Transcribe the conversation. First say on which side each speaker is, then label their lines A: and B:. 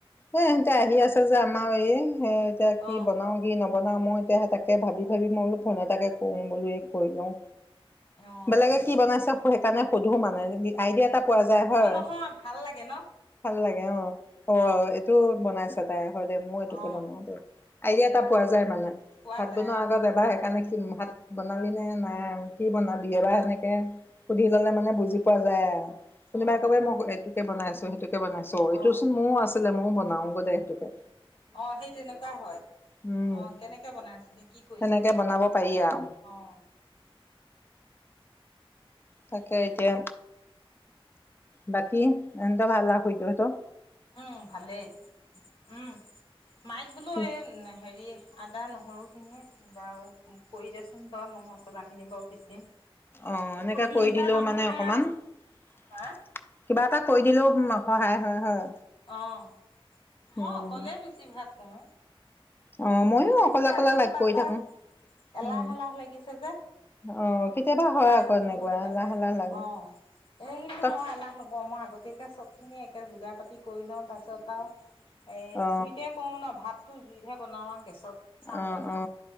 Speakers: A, on the left; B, on the left.
A: এ ইহতে আহি আছে যে আমাৰ এই হে এতিয়া কি
B: অ
A: বনাও কি নব বনাও মই এতিয়া সে তাকে ভাবি ভাবি মই অলপ ফোন এটাকে কো বোলহে কৰি লওঁ।
B: অ
A: বেলেগে কি বনাইছ? সেইকাৰণে সুধো মানে। আইডিয়া পা পোৱা যায় হয়।
B: অ নহয় ভাল লাগে ন
A: ভাল লাগে অ। অ এইটো বনাইছ তাই, হয় দে মই এইটোোকে
B: অ
A: বনাওঁ দে। আইডিয়া এটা পোৱা যায় মানে।
B: পোৱা
A: ভাত
B: যায়
A: ব নোৱাৰ
B: অ
A: আগত এবাৰ সেইকাৰণে ভাত বনালি নে নাই আৰু কি বনা বিহেবাহ সেনেকৈ সুধি ল'লে মানে বুজি পোৱা যায় আৰু। তুনি
B: অ
A: বাই কব'ই মটো- কে বনাইছো, সেইটো বনাইছো, এইটো
B: অ
A: চোন মুও আছে আছিলে, মইউ বনাওঁ গৈ দে সেইতোকে।
B: অঁ সেই তেনেকুৱা হয়,
A: উম
B: অঁ কেনেকে বনাইছিলি? কি কৰিছিলি?
A: সেনেকে বনাব পাৰি আৰু
B: অঁ।
A: তাকে এতিয়া বাকী? এ ত <unintelligible> ভাল <unintelligible> লাখই দত <unintelligible>
B: উম ভালেই, উম' মাইক বোলো
A: অ
B: এই হেৰি আদা, নহৰু খিনি বাৰু কৰি দেচোন বাৰু, মই মছলা খিনি বাৰু পিচিম।
A: অঁ এনেকাে
B: তিনটা
A: কৰি দিলেও
B: মানুহে
A: মানে অকমান,
B: আৰু
A: কিবা
B: হা
A: তা কৰি দিলেও সহায় হয়, হয়।
B: অ', মই
A: উম
B: অকলে বেছি ভাগ ক'ওঁ।
A: অ ময়ো
B: কৰিলে
A: অকলে
B: কিন্তু
A: অকলে
B: আজি
A: লাগ
B: কিবা
A: কৰি
B: এটা,
A: থাকো
B: এলাহ
A: উম
B: এলাহ লাগিছে যে,
A: অ কেতিয়াবা হয়
B: মাইক
A: আকৌ
B: বোলো
A: এনেকুৱা
B: সেইকাৰণে,
A: এলাহ এলাহ লাগে
B: অঁ, এই কিন্তু
A: তক
B: মই এলাহ নকওঁ মই আগতীয়াকে চব খিনি <unintelligible> ে যোগাৰ পাতি কৰি লওঁ, তাৰপিছত আৰু এই
A: অ
B: জুইতে ক'ও ন, ভাত তটো যুইতহে বনাওঁ ত' চাহ
A: অ
B: কনহে,
A: অ